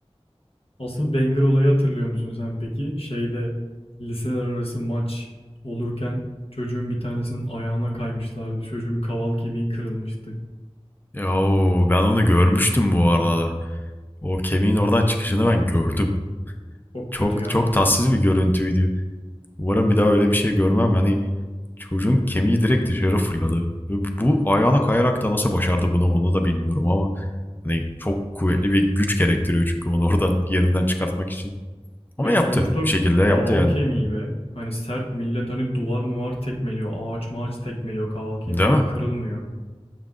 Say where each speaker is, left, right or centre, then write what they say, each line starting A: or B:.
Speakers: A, on the left; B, on the left.
A: Asıl banger olayı hatırlıyor musun sen peki? Şeyde liseler arası maç olurken çocuğun bir tanesinin ayağına kaymışlardı. Çocuğun kaval kemiği kırılmıştı.
B: Yo, ben onu görmüştüm bu arada. O kemiğin oradan çıkışını ben gördüm.
A: Çok
B: Çok
A: kötü ya.
B: çok tatsız bir görüntüydü. Umarım bir daha öyle bir şey görmem. Hani çocuğun kemiği direkt dışarı fırladı. Bu ayağına kayarak da nasıl başardı bunu onu da bilmiyorum ama hani çok kuvvetli bir güç gerektiriyor çünkü onu oradan <laughs> yerinden çıkartmak için. Ama
A: Ya
B: yaptı.
A: sonuçta
B: Bir şekilde
A: kaval
B: yaptı yani.
A: kemiği be. Hani sert millet hani duvar mı var tekmeliyor. Ağaç mağaç tekmeliyor kaval kemiğiyle
B: Değil mi?
A: kırılmıyor.